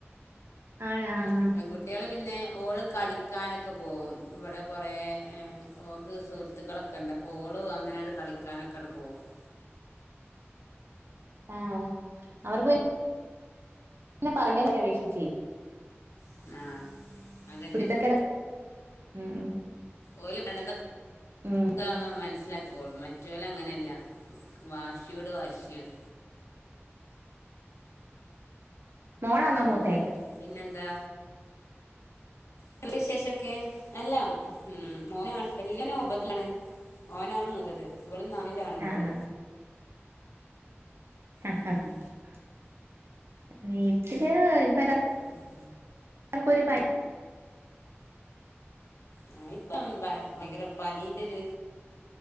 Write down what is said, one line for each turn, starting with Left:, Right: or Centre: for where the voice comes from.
Right: ആണോ
Left: പെൺകുട്ടികള് പിന്നെ ഓള് കളിക്കാനൊക്കെ പോവും ഇവിടെ കുറേ ഓക്ക് സുഹൃത്തുക്കളൊക്കെ ഉണ്ട് അപ്പോൾ ഓളും അങ്ങനെങ്ങട് കളിക്കാനൊക്കെയങ്ങട് പോകും <inaudible>
Right: ആഹ് അവർക്ക് പി ന്നെ പറഞ്ഞേന് അപേഷിച്ചേ
Left: ആഹ് അതന്നെ
Right: കുരുത്തക്കേട് ഉംഹ്
Left: ഓല്. <unintelligible>
Right: ഉം
Left: ആഹ് മനസ്സിലായ്ക്കോളും മറ്റോല് അങ്ങനെയല്ല വാശിയോട് വാശിയാണ്.
Right: മോളാന്നോ
Left: ഉം
Right: മൂത്തേ
Left: പിന്നെന്താ എന്താ വിശേഷൊക്കെ. അല്ല ഉം മോന അല്ലാ ഒമ്പതിൽ ആണ് ഓനാണ് മൂത്തത്. ഇവടിം നാലിലാണ് മോള്.
Right: ആഹ് <unintelligible>
Left: ഉം
Right: വീട്ടില് ഇപ്പൊ എ
Left: ഉം.
Right: എല്ലാർക്കും ഒരു പനി
Left: ആഹ് ഇപ്പം ഭയങ്കര പനീന്റെ ഒരു